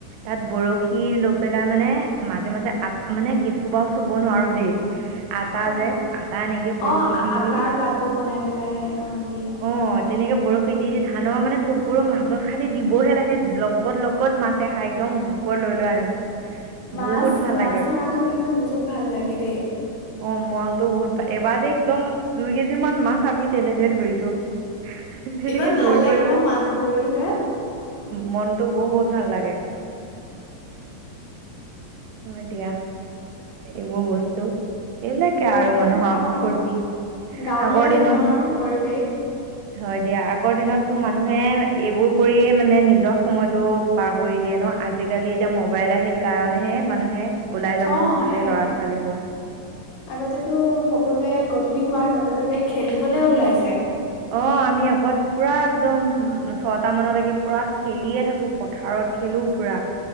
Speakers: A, on the right; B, on the left.
A: তাত বৰশী লৈ পেলাই মানে মাজে মাজে আ মানে কেঁচু বাাও চুব নোৱাৰো দেই আটা
B: অ
A: যে আটা এনেকে বৰশীত
B: অ
A: দি
B: আটাৰ
A: দি
B: লাড্ডু বনাই পেলাই অ দিয়ে
A: অ তেনেকে বৰশী দি দি ধানৰ মানে থোকবোৰৰ মাজত খালি দিবহে লাগে লগত লগত মাছ এ খাই একদম গোপৰ লৈ লোৱা আনো
B: মাছ
A: বহুত ভাল
B: মাছ
A: লাগে
B: ধৰাতো কিন্তু বহুত ভাল লাগে দেই
A: অ মনতটো বহুত এবাৰ একদম দুই কেজি মান মাছ আমি তেনেকে ধৰিছো তেনেকে
B: ইমান ভাল
A: ধৰি
B: লাগে
A: কৰি
B: ন মাছ ধৰিলে
A: মনতটো বহুত ভাল লাগে এ দিয়া এইবোৰ বস্তু এইবিলাকে
B: বহুতে
A: আৰু মানুহৰ
B: অ
A: ফূৰ্তি
B: গাঁৱলীয়া
A: আগৰ দিনত
B: জীৱনৰ পৰিৱেশ
A: হয় দিয়া আগৰ দিনতটো মানুহে এইবোৰ কৰিয়ে মানে নিজৰ সময়তটো পাৰ কৰি দিয়ে ন আজিকালি এতিয়া মোবাইল আহিল কাৰণেহে মানুহে ওলাই যাব
B: অ',
A: নোখোজে
B: সেয়াই
A: ল'ৰা ছোৱালীবোৰ
B: আগতেতো সকলোৱে গধূলি হোৱাৰ লগে লগে খেলিবলে ওলাই যায়
A: অ আমি আগত পুৰা একদম উ ছটা মানলৈকে পুৰা খেলিয়ে থাকো পথাৰত খেলো পুৰা